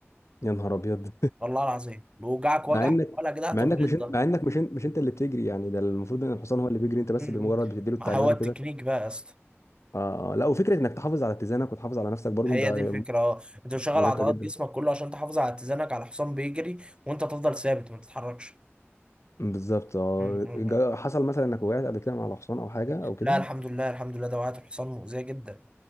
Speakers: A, on the left; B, on the right.
A: يا نهار ابيض
B: والله العظيم بوجعك
A: <laughs>
B: وجع
A: مع انك
B: ولا اجدعها
A: مع
B: تمرين
A: انك مش
B: الظهر
A: مع انك مش مش انت اللي بتجري يعني ده المفروض ان الحصان هو اللي بيجري انت بس
B: مم.
A: بمجرد بتديله
B: ما
A: التعليمات
B: هو التكنيك
A: وكده
B: بقى يا اسطى
A: آه آه. لا وفكره انك تحافظ على اتزانك وتحافظ على نفسك برضو
B: هي
A: ده
B: دي الفكره اه انت بتشغل
A: مرهقه
B: عضلات
A: جدا
B: جسمك كله عشان تحافظ على اتزانك على حصان بيجري وانت تفضل ثابت ما تتحركش
A: بالظبط اه
B: مم. مم.
A: جا- حصل مثلا انك وقعت قبل كده مع الحصان او حاجه او كده
B: لا الحمد لله الحمد لله ده وقعت الحصان مؤذيه جدا